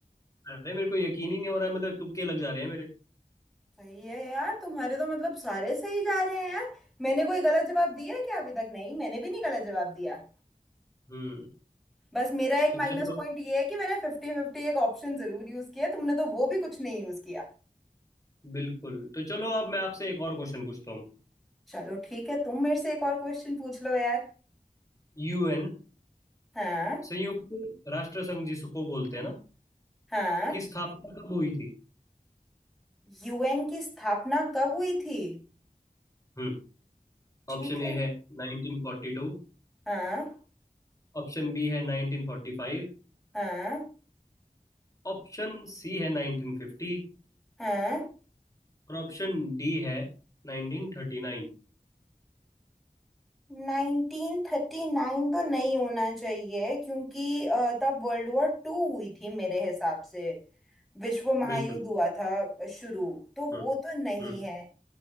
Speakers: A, on the left; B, in the centre.
A: अरे मेरे को यकीन ही नहीं हो रहा है मतलब तुक्के लग जा रहे हैं मेरे
B: सही है यार तुम्हारे तो मतलब सारे सही जा रहे हैं यार मैंने कोई गलत जवाब दिया है क्या अभी तक नहीं मैंने भी नहीं गलत जवाब दिया
A: हम्म
B: बस मेरा एक
A: तो
B: माइनस
A: चलो
B: पॉइंट ये है कि मैंने फिफ्टी फिफ्टी एक ऑप्शन जरूर यूज किया तुमने तो वो भी कुछ नहीं यूज किया
A: बिल्कुल तो चलो अब मैं आपसे एक और क्वेश्चन पूछता हूँ
B: चलो ठीक है तुम मेरे से एक और क्वेश्चन पूछ लो यार
A: यूएन
B: हाँ
A: संयुक्त राष्ट्र संघ जिसको बोलते हैं ना
B: हाँ
A: की स्थापना कब हुई थी
B: यूएन की स्थापना कब हुई थी
A: हम्म
B: ठीक
A: ऑप्शन
B: है
A: ए है 1942
B: हाँ
A: ऑप्शन बी है 1945
B: हाँ
A: ऑप्शन सी है 1950
B: हाँ
A: और ऑप्शन डी है 1939
B: 1939 तो नहीं होना चाहिए क्योंकि अ, तब वर्ल्ड वॉर टू हुई थी मेरे हिसाब से विश्व महायुद्ध
A: बिल्कुल
B: हुआ था शुरू तो
A: हम्म
B: वो तो नहीं
A: हम्म
B: है